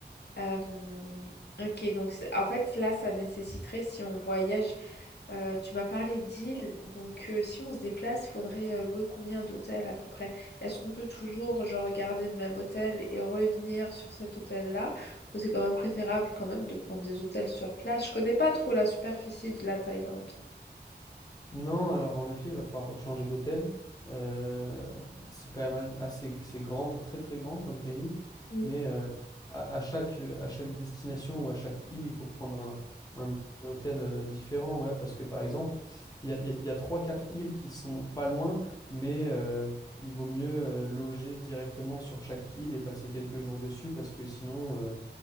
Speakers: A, on the left; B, on the left.
A: Euh, ok, donc c'est- en fait, là, ça nécessiterait, si on voyage Euh, tu m'as parlé d'îles, donc euh, si on se déplace, il faudrait euh, louer combien d'hôtels à peu près? Est-ce qu'on peut toujours genre garder le même hôtel et revenir sur cet hôtel-là? Ou c'est quand même préférable quand même de prendre des hôtels sur place? Je connais pas trop la superficie de la Thaïlande.
B: Non, alors en effet, il va falloir changer d'hôtel. Euh, c'est quand même as- assez, c'est grand, très très grand comme pays,
A: Mm.
B: mais euh, à, à chaque, à chaque destination ou à chaque île, il faut prendre un, un hôtel euh, différent, ouais, parce que par exemple, il y a, il y a, il y a trois, quatre îles qui sont pas loin, mais euh, il vaut mieux euh, loger directement sur chaque île et passer quelques jours dessus, parce que sinon, euh,